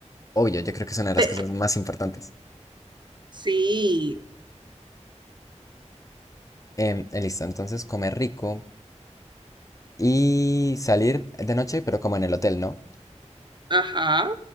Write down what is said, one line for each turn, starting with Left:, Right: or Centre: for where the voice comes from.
Left: Obvio, yo creo que es una de las
Right: Pe-
Left: cosas más importantes.
Right: sí,
Left: Em, eh, listo, entonces comer rico y salir de noche, pero como en el hotel, ¿no?
Right: ajá,